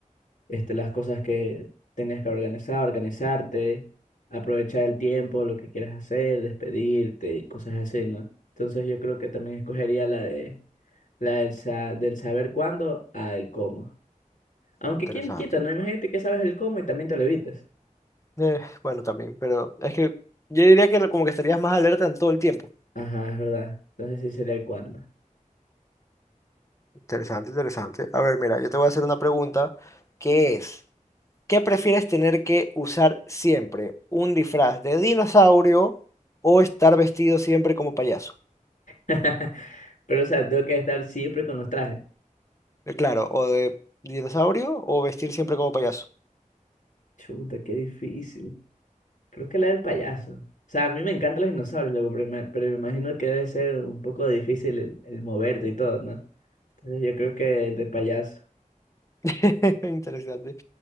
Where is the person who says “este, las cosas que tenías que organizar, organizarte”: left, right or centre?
Left